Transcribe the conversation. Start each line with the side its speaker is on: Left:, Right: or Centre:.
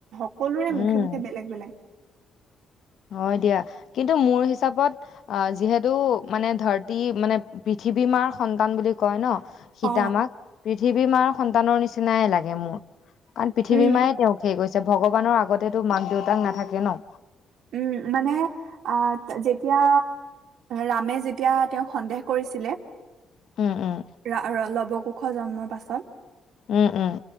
Right: সকলোৰে
Left: উম
Right: মুখে মুখে বেলেগ বেলেগ
Left: হয় দিয়া কিন্তু মোৰ হিচাপত যিহেতু মানে ধৰতী মানে পৃথিৱী মাৰ সন্তান বুলি কয় ন সীতা
Right: অ
Left: মাক পৃথিৱী মাৰ সন্তানৰ নিচিনাই লাগে মোৰ কাৰণ পৃথিৱীমাই
Right: উম
Left: তেওঁক হেই কৈছে যে ভগৱানৰ আগতেতো মাক দেউতাক নাথাকে ন
Right: উম মানে আহ যেতিয়া ৰামে যেতিয়া তেওঁক সন্দেহ কৰিছিলে
Left: উম উম
Right: ৰ ল'ব কুশ জন্মৰ পাছত
Left: উম উম